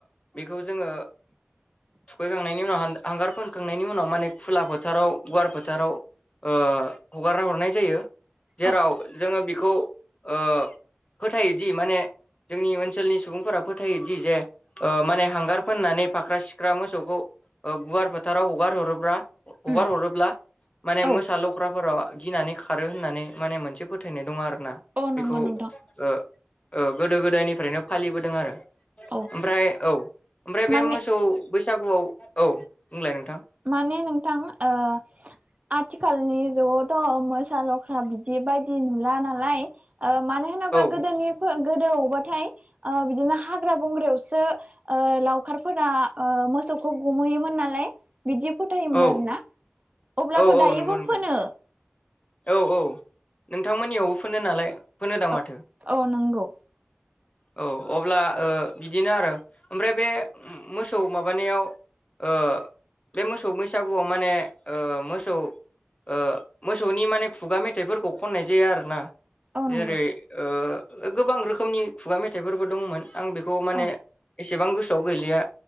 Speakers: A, on the left; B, on the right.
A: बेखौ जोङो थुखैखांनायनि उनाव हान हांगार फोनखांनायनि उनाव माने खुला फोथाराव गुवार फोथाराव ओ हगारना हरनाय जायो जेराव
B: औ
A: जोङो बेखौ ओ फोथायोदि माने जोंनि ओनसोलनि सुबुंफोरा फोथायोदि जे ओ माने हांगार फोननानै फाख्रा सिख्रा मोसौखौ गुवार फोथाराव हगार हरोब्रा
B: उम
A: हगार हरोब्ला माने
B: औ
A: मोसा लख्राफोरा गिनानै खारो होननानै माने मोनसे फोथायनाय दं आरोना
B: औ
A: बेखौ
B: नंगौ
A: ओ
B: नोंथां
A: ओ गोदो गोदायनिफ्रायनो फालिबोदों आरो
B: औ
A: ओमफ्राय औ ओमफ्राय
B: माने
A: बे मोसौ बैसागुआव औ बुंलाय नोंथां
B: माने नोंथां ओ आथिखालनि जुगावथ' मोसा लख्रा बिदि बायदि नुला नालाय ओ मानो होनोबा
A: औ
B: गोदोनि फो गोदोआवबाथाय ओ बिदिनो हाग्रा बंग्रायावसो ओ लावखारफोरा ओ मोस सौखौ गुमहैयोमोन नालाय बिदि फोथायोमोन
A: औ
B: आरोना अब्लाबो
A: औ औ
B: दायोबो
A: नंगौ नोंथां
B: फोनो
A: औ औ नोंथांमोननियावबो फोनो नालाय फोनोदां
B: ओ
A: माथो
B: औ नंगौ
A: औ अब्ला ओ बिदिनो आरो ओमफ्राय बे मोसौ माबानायाव ओ बे मोसौ बैसागुआव माने ओ मोसौ ओ मोस सौनि माने खुगा मेथाइफोरखौ खननाय जायो आरोना
B: औ
A: जेरै
B: नंगौ
A: ओ गोबां रोखोमनि खुगा मेथाइफोरबो दंमोन आं बेखौ माने
B: औ
A: एसेबां गोसो गैलिया